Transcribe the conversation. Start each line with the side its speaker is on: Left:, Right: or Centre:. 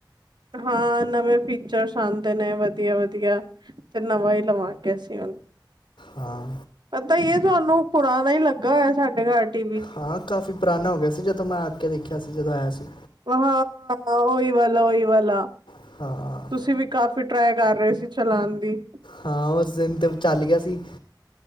Right: ਹਾਂ, ਨਵੇਂ ਫੀਚਰਸ ਆਦੇ ਨੇ ਵਧੀਆ-ਵਧੀਆ। ਤੇ ਨਵਾਂ ਹੀ ਲਵਾਂਗੇ ਅਸੀਂ ਹੁਣ।
Left: ਹਾਂ।
Right: ਪਤਾ ਹੀ ਏ ਤੁਹਾਨੂੰ, ਪੁਰਾਣਾ ਹੀ ਲੱਗਾ ਹੋਇਆ ਸਾਡੇ ਘਰ। T V.
Left: ਹਾਂ ਕਾਫ਼ੀ ਪੁਰਾਣਾ ਹੋ ਗਿਆ ਸੀ, ਜਦੋਂ ਮੈਂ ਆ ਕੇ ਦੇਖਿਆ ਸੀ ਜਦੋਂ ਆਇਆ ਸੀ।
Right: ਹਾਂ। ਓਹੀ ਵਾਲਾ ਓਹੀ ਵਾਲਾ
Left: ਹਾਂ।
Right: ਤੁਸੀਂ ਵੀ ਕਾਫ਼ੀ ਟਰਾਈ ਕਰ ਰਹੇ ਸੀ, ਚਲਾਣ ਦੀ।
Left: ਹਾਂ, ਉਸ ਦਿਨ ਤੇ ਚੱਲ ਗਿਆ ਸੀ।